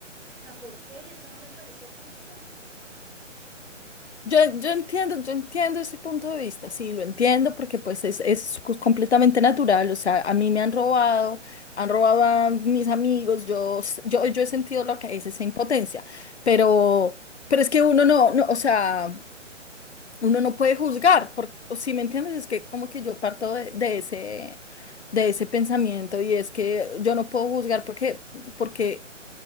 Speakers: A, on the right; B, on the left.
A: O sea, ¿por qué? Eso no me parece justo.
B: Yo, yo entiendo, yo entiendo ese punto de vista, sí, lo entiendo porque pues es, es cu- completamente natural, o sea, a mí me han robado, han robado a mis amigos, yo, s- yo, yo he sentido lo que es esa impotencia, pero, pero es que uno no, no, o sea, uno no puede juzgar, por, o si me entiendes, es que como que yo parto de, de ese, de ese pensamiento y es que yo no puedo juzgar porque, porque